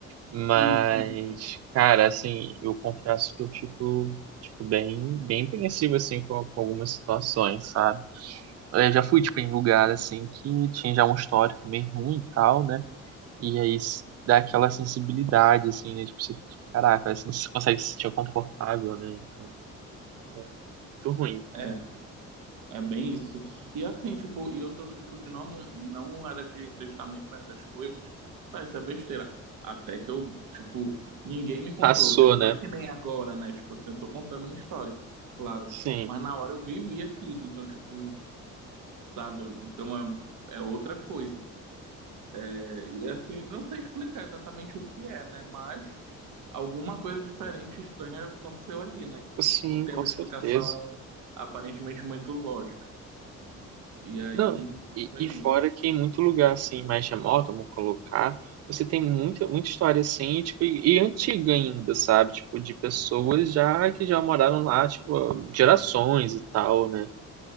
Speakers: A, on the right; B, on the right.
A: Mas,
B: isso.
A: cara, assim, eu confesso que eu fico, tipo, bem, bem apreensivo, assim, com, com algumas situações, sabe? Eu já fui, tipo, em lugar, assim, que tinha já um histórico bem ruim e tal, né? E aí s- dá aquela sensibilidade, assim, né? Tipo, você fica, tipo, caraca, aí você não se- consegue se sentir confortável, né? Então, é muito ruim.
B: É. É bem isso. E assim, tipo, e eu sou do tipo de não, não era de acreditar muito nessas coisas. Tá, isso é besteira. Até que eu, tipo, ninguém me contou.
A: Passou,
B: Tipo,
A: né?
B: não é que nem agora, né? Tipo assim, eu tô contando uma história, claro.
A: Sim,
B: Mas na hora eu vivi aquilo, então, tipo, sabe? Então é, é outra coisa. É, e assim, não sei explicar exatamente o que é, né? Mas alguma coisa diferente, estranha aconteceu ali, né? Que
A: sim,
B: não tem
A: com
B: uma
A: certeza.
B: explicação aparentemente muito lógica. E aí
A: Não, e,
B: foi
A: e
B: isso.
A: fora que em muito lugar assim, mais remoto, vamos colocar, você tem muita, muita história assim, e, tipo, e, e antiga ainda, sabe? Tipo, de pessoas já que já moraram lá, tipo, gerações e tal, né?